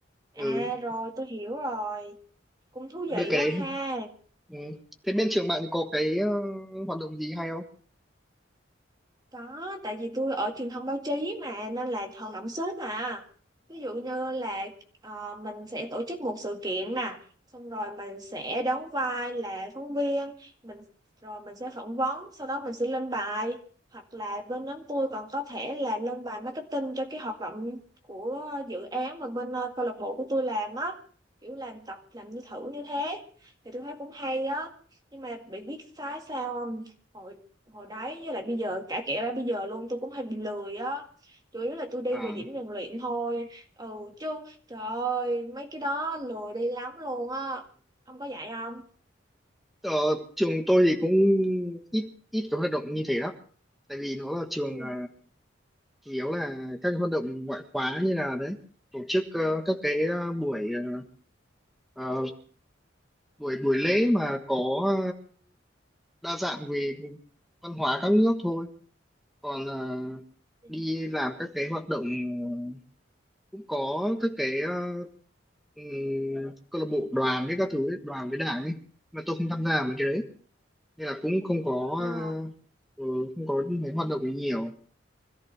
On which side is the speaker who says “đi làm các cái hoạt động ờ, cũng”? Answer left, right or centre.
Centre